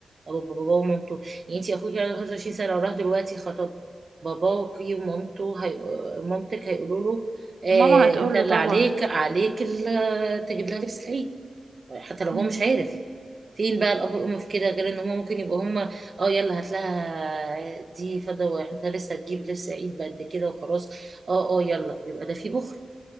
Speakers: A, on the right; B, on the right.
A: أبو- بابا ومامته يعني انت اخوك عنده 25 سنه وراح دلوقتي خطب باباك ومامته هي... مامتك هيقولوا له آه
B: ماما هتقوله
A: انت اللي
B: طبعا
A: عليك عليك ال- تجيب لها لبس العيد حتى لو
B: مم.
A: هو مش عارف فين بقى الاب والام في كده غير ان هم ممكن يبقوا هم اه يلا هات لها دي فضه واحنا لسه هتجيب لبس عيد بقد كده وخلاص اه اه يلا يبقى ده في بخل